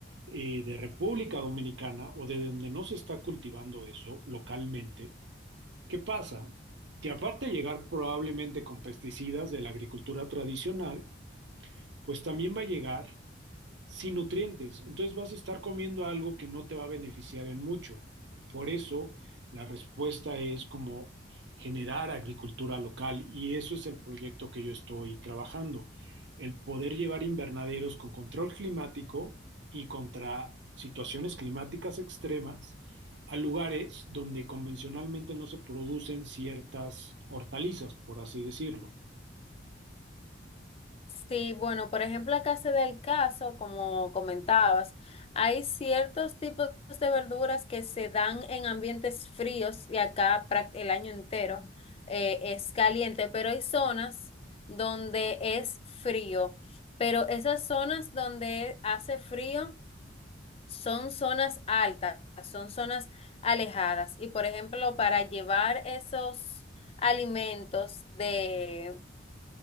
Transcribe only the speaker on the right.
eh, de República Dominicana o de donde no se está cultivando eso localmente, ¿qué pasa? Que aparte de llegar probablemente con pesticidas de la agricultura tradicional, pues también va a llegar sin nutrientes. Entonces vas a estar comiendo algo que no te va a beneficiar en mucho. Por eso la respuesta es como generar agricultura local y eso es el proyecto que yo estoy trabajando. El poder llevar invernaderos con control climático y contra situaciones climáticas extremas a lugares donde convencionalmente no se producen ciertas hortalizas, por así decirlo.